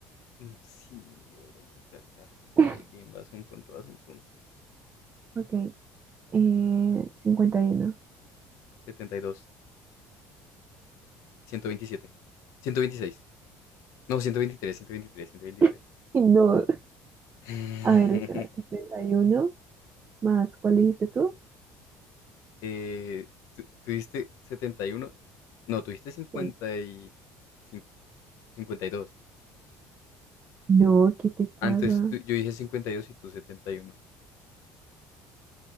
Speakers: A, on the left; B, on the right.
A: Mm, <laughs> Sí, oro 98. ah, Ok,
B: <laughs>
A: bien, vas un punto, vas un punto.
B: Ok, eh, 51.
A: setenta y dos, ciento veintisiete, ciento veintiséis, No, ciento ciento veintitrés, ciento veintitrés, ciento veintitrés.
B: <laughs> No,
A: <laughs>
B: a ver, espera, Setenta y uno. más, ¿cuál dijiste tú?
A: Eh, tu- tuviste setenta y uno No, tuviste 50
B: Sí.
A: y cin- 52.
B: No, ¿qué te pasa?
A: Antes tú- yo dije cincuenta y dos y tú setenta y uno